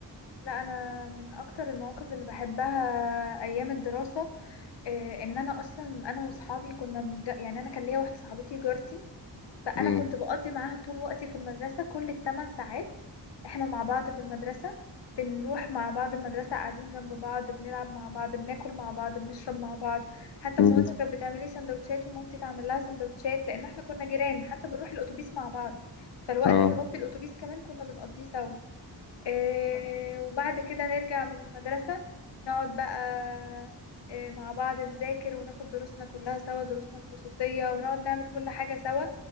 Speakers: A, on the left; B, on the left.
A: لا انا من اكتر المواقف اللي بحبها ايام الدراسه إيه، ان انا اصلا انا واصحابي كنا بنج... يعني انا كان ليا واحده صاحبتي جارتي فانا
B: امم
A: كنت بقضي معاها طول وقتي في المدرسه كل الثمان ساعات احنا مع بعض في المدرسه بنروح مع بعض المدرسه قاعدين جنب بعض بنلعب مع بعض بناكل مع بعض بنشرب مع بعض حتى
B: امم
A: مامتها كانت بتعمل لي سندوتشات ومامتي تعمل لها سندوتشات لان احنا كنا جيران حتى بنروح الاتوبيس مع بعض فالوقت
B: اه
A: اللي هو في الاتوبيس كمان كنا بنقضيه سوا آه، وبعد كده نرجع من المدرسة نقعد بقى آه، مع بعض نذاكر وناخد دروسنا كلها سوا دروسنا الخصوصية ونقعد نعمل كل حاجة سوا